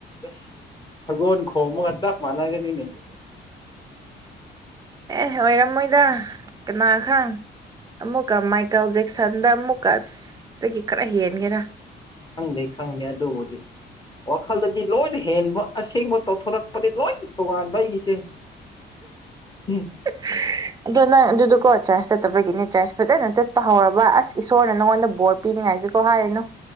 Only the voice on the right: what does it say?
ꯑꯦ ꯑꯣꯏꯔꯝꯃꯣꯏꯗ ꯀꯅꯥ ꯈꯪ꯫ ꯑꯃꯨꯛꯀ ꯃꯥꯏꯀꯦꯜ ꯖꯦꯛꯁꯟꯗ ꯑꯃꯨꯛꯀ ꯑꯁꯇꯒꯤ ꯈꯔ ꯍꯦꯟꯒꯦꯔ꫰꫰
<unintelligible> ꯑꯗꯨ ꯅꯪ ꯑꯗꯨꯗꯨꯀꯣ ꯆꯔꯆ ꯆꯠꯇꯕꯒꯤꯅꯤ ꯆꯔꯁ ꯐꯖꯅ ꯆꯠꯄ ꯍꯧꯔꯕ ꯑꯁ ꯏꯁꯣꯔꯅ ꯅꯉꯣꯟꯗ ꯕꯣꯔ ꯄꯤꯅꯤꯡꯉꯥꯏꯁꯨ ꯀꯣꯍꯥꯏꯔꯅꯣ꯫